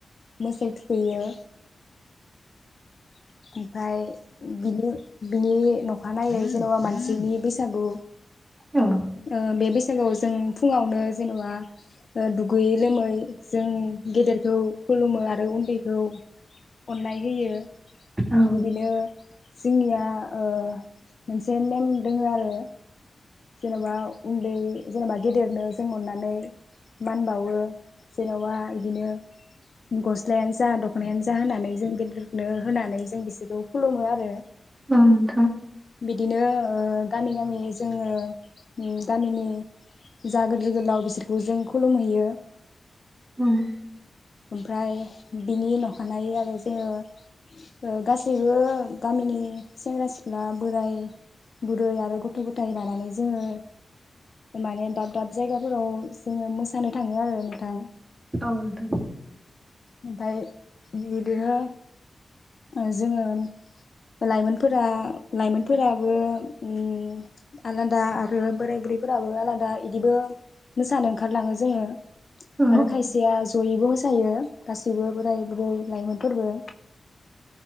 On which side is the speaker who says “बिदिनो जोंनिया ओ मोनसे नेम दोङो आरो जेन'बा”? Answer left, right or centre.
Left